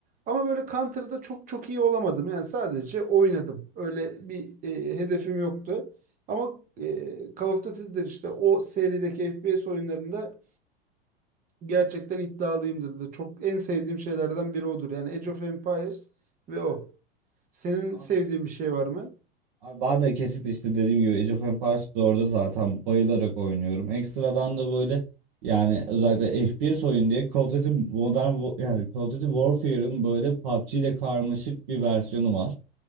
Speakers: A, on the right; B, on the right.
A: Ama böyle Counter'da çok çok iyi olamadım. Yani sadece oynadım. Öyle bir e, hedefim yoktu. Ama e, Call of Duty'dir işte o serideki FPS oyunlarında gerçekten iddialıyımdır da. Çok en sevdiğim şeylerden biri odur. Yani Age of Empires ve o. Senin
B: Abi,
A: sevdiğin bir şey var mı?
B: Abi ben de kesinlikle işte dediğim gibi Age of Empires 4'e zaten bayılarak oynuyorum. Ekstradan da böyle yani özellikle FPS oyun diye Call of Duty Modern Wa- yani Call of Duty Warfare'ın böyle PUBG ile karmaşık bir versiyonu var.